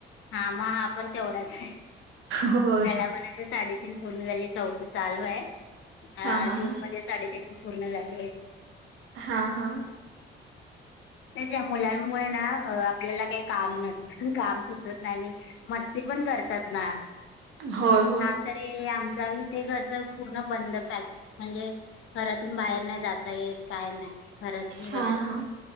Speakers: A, on the left (about 80°); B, on the right (about 80°).
A: हा मग हा पण तेवढाच आहे.
B: हो
A: ह्यालापण आता साडेतीन पूर्ण झाली चौथ चालू आहे
B: हा हा
A: जून
B: हा.
A: मध्ये साडेतीन पूर्ण झालेत
B: हा हा
A: त्याच या मुलांमुळे ना अ आपल्याला काही काम नसतं काम सुचत नाही मस्ती पण करतात ना
B: होय होय
A: हा तरी आमच इथे कस पूर्ण बंद पॅक म्हणजे घरातून बाहेर नाही जाता येत काय नाही घरात नाही
B: हा
A: घरात
B: हा.